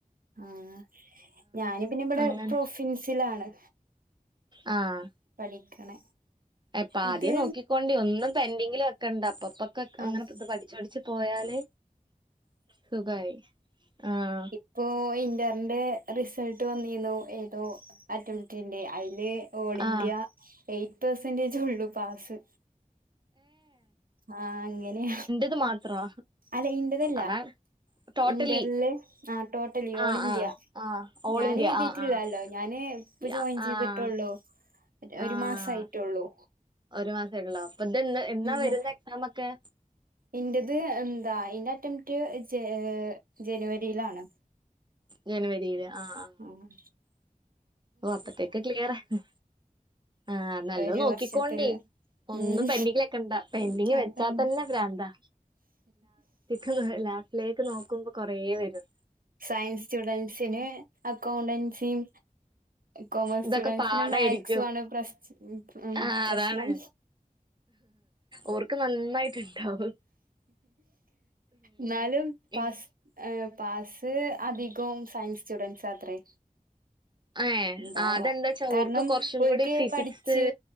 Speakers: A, on the right (about 80°); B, on the right (about 30°).
A: ആഹ് ഞാന് പിന്നെ ബടെ
B: അങ്ങനെ
A: പ്രൊഫിൻസിലാണ്
B: ആഹ്
A: പഠിക്കണേ
B: എ പ്പാദ്യേ
A: ഇത്
B: നോക്കിക്കൊണ്ടി ഒന്നും പെൻഡിങ്ങില് വെക്കണ്ട അപ്പ പ്പ ക്ക്‌ ക്കങ്ങനെ
A: ആഹ്
B: പഠിച്ചു പഠിച്ച് പോയാല് സുഖായി ആഹ്
A: പ്പോ ഇന്ററിന്റെ റിസൾട്ട് വന്നിന്നു ഏതോ അറ്റുറ്റിന്റെ അയ്ല് ഓൾ ഇന്ത്യ
B: ആഹ്
A: എയ്റ്റ് പേസെന്റേജ് ഒള്ളു പാസ് ആഹ് അങ്ങനേ
B: അത് മാത്രോ
A: അല്ല ഇന്റതല്ല
B: അതാണ് ടോട്ടലി
A: ഇന്ററില് ആഹ് ടോട്ടലി ഓൾ
B: ആഹ്
A: ഇന്ത്യ
B: ആഹ് ആഹ് ഓൾ
A: ഞാന്
B: ഇന്ത്യ
A: എഴുതിറ്റില്ല്യാല്ലോ
B: ആഹ് ആഹ്
A: ഞാന് പ്പൊ
B: യാ
A: ജോയിൻ ചെയ്തിട്ടുള്ളൂ
B: ആഹ്
A: ഒരു
B: ആഹ്
A: മാസായിറ്റൊള്ളൂ
B: ഒരു മാസായിട്ടൊള്ളോ അപ്പൊ ഇത് എന്നാ എന്നാ വരുന്ന്
A: ഞാ
B: എക്സാം ഒക്കെ
A: ഇന്റത് എന്താ ഇന്റെ അറ്റംറ്റ് ജേ ജനുവരിയിലാണ്
B: ജനുവരിയില് ആഹ് ആഹ്
A: ആഹ്
B: ഓ അപ്പത്തേക്ക്‌ ക്ലിയറാ ഉം ആഹ് നല്ലോ
A: ഒരു
B: നോക്കിക്കോണ്ടി
A: വർഷത്തിൽ
B: ഒന്നും
A: ഉം
B: പെൻ ഡിങ്ങ് വെക്കണ്ട പെൻ ഡിങ്ങ്
A: അതാണ്
B: വെച്ചാത്തന്നെ പ്രാന്താ ക്ക്‌ ലാസ്റ്റിലേക്ക് നോക്കുമ്പോ കൊറേ വെരും
A: സയൻസ് സ്റ്റുഡൻസിന് അക്കൗണ്ടെൻസിം കൊമേഴ്സ്
B: ഇതൊക്കെ
A: സ്റ്റുഡൻസിന്
B: പാടായിരിക്കും.
A: മാക്സു ആണ് പ്ര ഉം
B: ആഹ്
A: പ്രശ്നം
B: അതാണ്. ഓർക്ക് നന്നായി ക്ക്‌ണ്ടാവാ
A: ന്നാലും പസ്
B: ഏഹ്
A: ഏ പാസ് അധികോം സയൻസ് സ്റ്റുഡൻസാത്രേ
B: ആഹ്
A: ഉണ്ടാവാ
B: അതെന്താച്ചാ
A: ക കാരണം
B: ഓർക്ക് കൊറച്ചും
A: ഒല്ക്ക്‌
B: കൂടി ഫിസിക്സ്
A: പഠിച്ച്